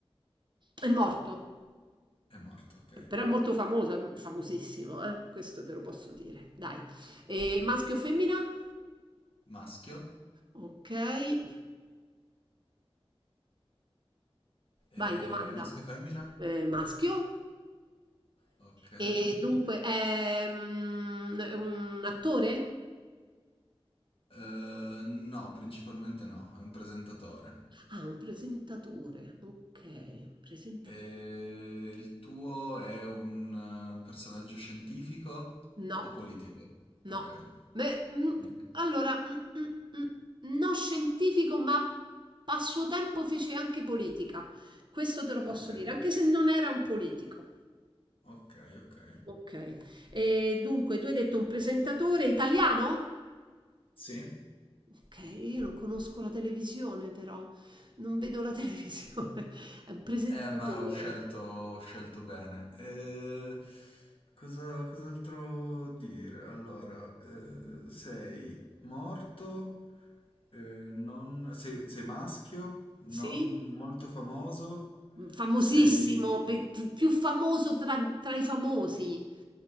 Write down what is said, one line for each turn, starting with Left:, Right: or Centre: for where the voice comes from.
Right: è morto,
Left: È morto, ok.
Right: però è molto famoso, è famosissimo, eh, questo te lo posso dire, dai.
Left: Ok.
Right: Ehm, maschio o femmina?
Left: Maschio?
Right: Okay, vai
Left: E
Right: domanda.
Left: maschio e femmina?
Right: Ehm, maschio.
Left: Ok.
Right: E dunque è mm, è un attore?
Left: Eh, no, principalmente no, è un presentatore.
Right: Ah, un presentatore. Ok, presentatore.
Left: E il tuo è un eh, personaggio scientifico
Right: No,
Left: o politico?
Right: no.
Left: Ok,
Right: Beh, mm,
Left: Neanche.
Right: allora, mm, mm, mm, no scientifico, ma a suo tempo fece anche politica. Questo te lo posso
Left: ok,
Right: dire, anche se non era un politico.
Left: ok, ok.
Right: Ok. E dunque, tu hai detto un presentatore italiano?
Left: Sì?
Right: Ok, io non conosco la televisione però, non vedo la televisione. <laughs> È un presentatore.
Left: Eh, ma ho scelto, ho scelto bene. Eh, cosa, cos'altro dire? Allora, eh, sei morto, eh, non- sei, sei maschio, non
Right: Sì?
Left: molto famoso,
Right: Mhmm, famosissimo,
Left: sei...
Right: pe p più famoso tra tra i famosi,